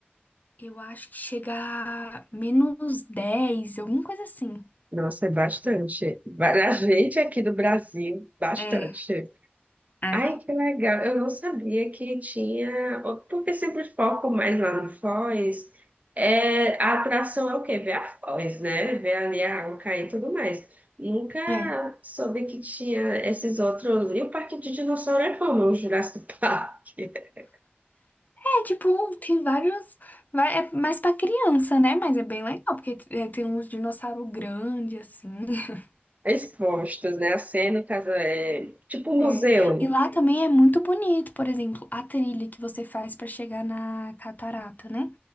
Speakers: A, on the left; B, on the right.
A: Eu acho que chega a menos 10, alguma coisa assim.
B: Nossa, é bastante. Para a gente aqui do Brasil, bastante.
A: É, é.
B: Ai, que legal. Eu não sabia que tinha. Porque sempre o foco mais lá no Foz. É... A atração é o quê? Ver a Foz, né? Ver ali a água cair e tudo mais. Nunca
A: É.
B: soube que tinha esses outros. E o Parque de Dinossauro é como? O Jurassic Park. <laughs>
A: É, tipo, tem vários. vai- É mais pra criança, né? Mas é bem legal, porque é, tem uns dinossauros grandes, assim. <laughs>
B: Expostos, né? A cena, no caso, é tipo um museu.
A: É. E lá também é muito bonito, por exemplo, a trilha que você faz pra chegar na catarata, né?